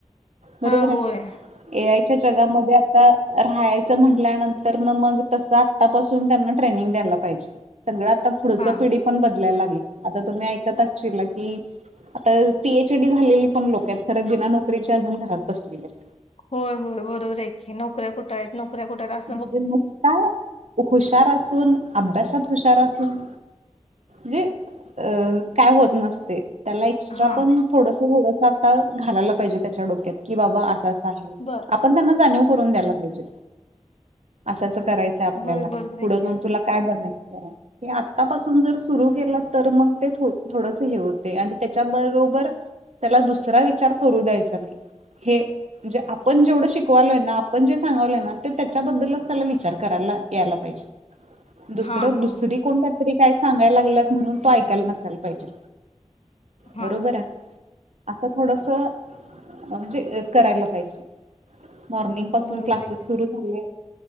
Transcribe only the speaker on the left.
हा
होय
हा
होय, होय बरोबर आहे की नोकऱ्या कुठ कुठंयत नोकऱ्या कुठं अस
हा
बर
होय बरोबर आहे
की
हा हा
हा
बरोबर
आहे की